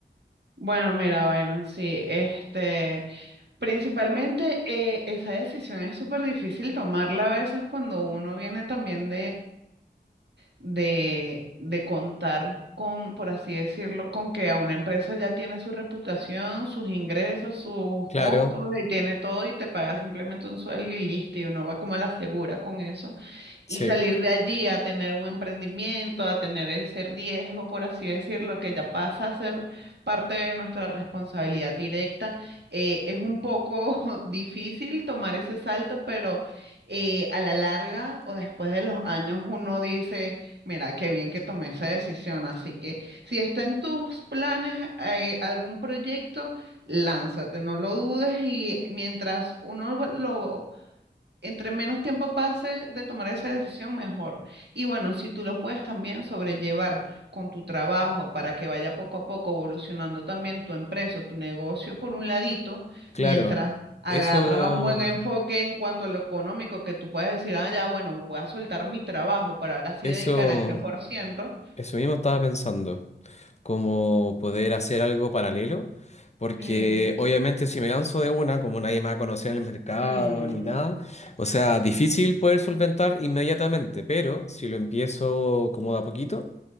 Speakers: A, on the right; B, on the left.
A: Bueno, mira, Byron, sí, este, principalmente eh, esa decisión es súper difícil tomarla a veces cuando uno viene también de, de contar con, por así decirlo, con que a una empresa ya tiene su reputación, sus ingresos, sus
B: Claro,
A: costos y tiene todo y te paga simplemente un sueldo y listo y uno va como a la segura con eso
B: sí,
A: y salir de allí a tener un emprendimiento, a tener ese riesgo, por así decirlo, que ya pasa a ser parte de nuestra responsabilidad directa. Eh, es un poco <laughs> difícil tomar ese salto, pero eh, a la larga o después de los años uno dice, mira, qué bien que tomé esa decisión. Así que si está en tus planes eh, algún proyecto, lánzate, no lo dudes y mientras uno lo entre menos tiempo pase de tomar esa decisión, mejor. Y bueno, si tú lo puedes también sobrellevar con tu trabajo para que vaya poco a poco evolucionando también tu empresa, tu negocio por un ladito,
B: claro.
A: mientras agarra
B: Eso,
A: un buen enfoque en cuanto a lo económico, que tú puedes decir, ah, ya, bueno, voy a soltar mi trabajo para ahora sí
B: eso,
A: dedicar el 100%.
B: eso mismo estaba pensando. como poder hacer algo paralelo, porque
A: Eh,
B: obviamente si me lanzo de una, como nadie me va a conocer en el mercado
A: mm,
B: ni nada, o sea, difícil poder solventar inmediatamente, pero si lo empiezo como de a poquito,